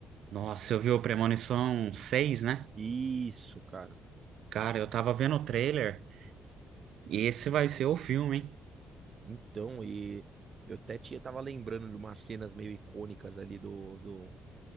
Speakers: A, on the right (about 70°); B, on the right (about 40°).
A: Nossa, eu vi o Premonição seis né?
B: Isso, cara.
A: Cara, eu tava vendo o trailer e esse vai ser o filme, hein?
B: Então, e eu até tinha, tava lembrando de umas cenas meio icônicas ali do, do,